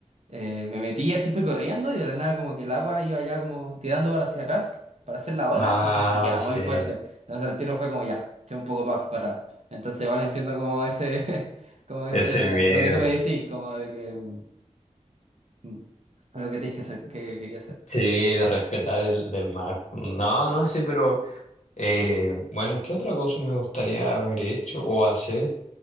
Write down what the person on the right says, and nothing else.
eh, me metí así, fui corriendo y de la nada como que el agua iba ya como tirando para hacia atrás, para hacer la ola
y sentí que era
muy fuerte, entonces el tiro fue como ya, eché un poco más para atrás, entonces igual entiendo como ese, <laughs> como ese,
lo que tú me decís, como de que, mm, mm, lo que tenéis que hacer, que quería hacer,
entonces,
ya,